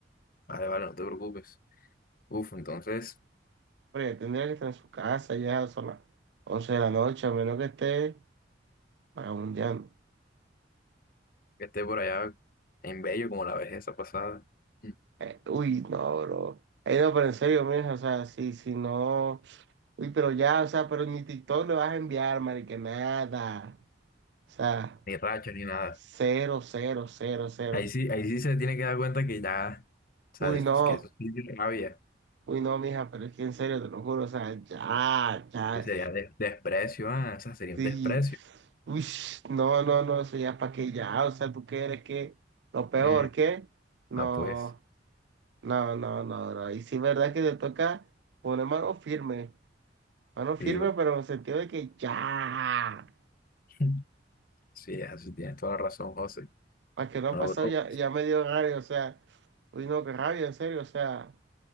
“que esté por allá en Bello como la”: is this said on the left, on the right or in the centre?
Left